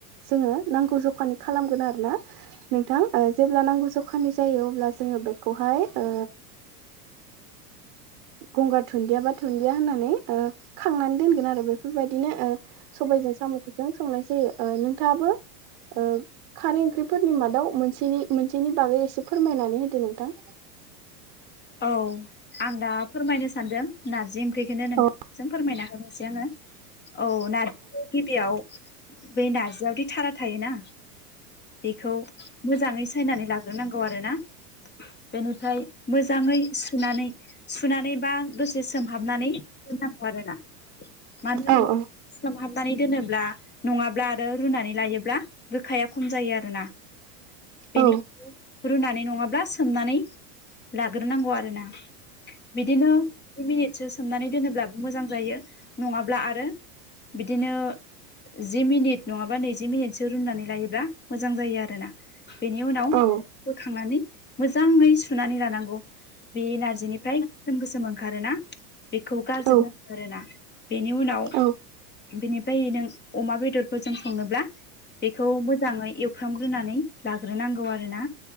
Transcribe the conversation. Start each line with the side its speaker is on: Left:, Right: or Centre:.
Right: जोङो नांगौ जखानि खालामगोन आरोना नोंथां जेब्ला नांगौ जखानि जायो अब्ला जोङो बेखौहाय ओ गंगार दुनन्दिया बा दुुनन्दिया होननानै ओ खांनानै दोनगोन आरो बे बेफोरबायदिनो ओ सबायजों साम'खौ संनाय जायो। नोंथाङाबो ओ खारै ओंख्रिफोरनि मादाव मोनसेनि मोनसेनि बागै एसे फोरमायनानै होदो नोंथां।
Left: औ आं दा फोरमायनो सानदों नारजि ओंख्रिखौनो नोंथांजों
Right: औ
Left: फोरमायना होनोसै आङो औ नारजिखौ गिबियाव बै नार्जियावदि थारा थायोना बेखौ मोजाङै सायनानै लाग्रोनांगौ आरोना बेनिफ्राय मोजाङै सुनानै-सुनानै बा दसे सोमहाबनानै दोननांगौ आरोना। मान <unintelligible>
Right: औ -औ
Left: सोमहाबनानै दोनोब्ला नङाब्ला आरो रुनानै लायोब्ला गोखाया खम जायो आरो ना। बेनि
Right: औ
Left: रुनानै नङाब्ला सोमनानै लाग्रो नांगौ आरो ना। बिदिनो नै मिनिटसो सोमनानै दोनोब्लाबो मोजां जायो नङाब्ला आरो बिदिनो जि मिनिट नङाबा नैजि मिनिटसो रुनानै लायोब्ला मोजां जायो आरोना। बेनि उनाव
Right: औ
Left: बोखांनानै मोजाङै सुनानै लानांगौ बे नारजि निफ्राय गोसोम गोसोम ओंखारोना बेखौ गारजोबनांगो
Right: औ
Left: आरोना। बेनि उनाव
Right: औ
Left: बेनिफ्राय नों अमा बेदरफोरजों संनोब्ला बेखौ मोजाङै एवफ्रामग्रोनानै लाग्रोनांगौ आरो ना।